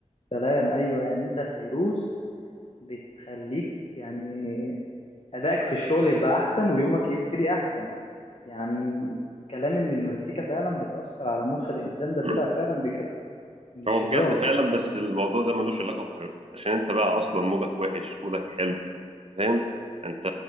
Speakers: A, on the left; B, on the right.
A: سلام ايوه يعني انت فيروز بتخليك يعني ادائك في الشغل يبقى احسن ويومك يبتدي احسن يعني كلام ان المزيكا فعلا بتاثر على مخ الانسان ده طلع
B: <clears throat>
A: فعلا بجد مش
B: هو
A: هزار
B: بجد فعلا بس الموضوع ده ملوش علاقه بفيروز عشان انت بقى اصلا مودك وحش مودك حلو فاهم انت